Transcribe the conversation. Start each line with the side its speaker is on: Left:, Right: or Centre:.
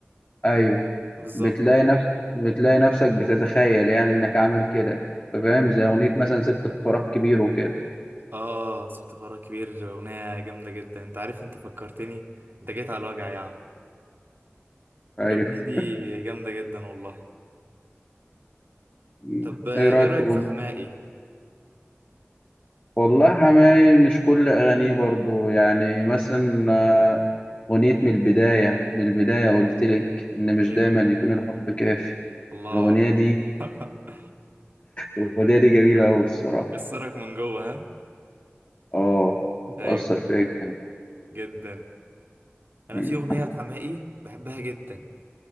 Left: أيوه
Right: بالظبط
Left: بتلاقي نفسك بتلاقي نفسك بتتخيل يعني انك عامل كده انت فاهم زي اغنية مثلا سبت فراغ كبير وكده
Right: آه سبت فراغ كبير أغنية جامدة جدا أنت عارف أنت فكرتني أنت جيت على الوجع يا عم
Left: ايوه
Right: الأغنية دي جامدة جدا والله
Left: م.
Right: طب آه،
Left: ايه رأيك
Right: إيه رأيك
Left: في اغنية
Right: في حماقي؟
Left: والله حماي مش كل اغانيه برضو يعني مثلا آه، اغنية من البداية من البداية قلت لك ان مش
Right: أيوه
Left: دايما يكون الحب كافي
Right: الله
Left: الاغنية دي
Right: <laughs>
Left: الاغنية دي جميلة اوي الصراحة
Right: كسرك من جوه ها؟
Left: اه متأثر
Right: أيوه
Left: فيها جدا
Right: جدا انا
Left: مم.
Right: في اغنيه لحماقي بحبها جدا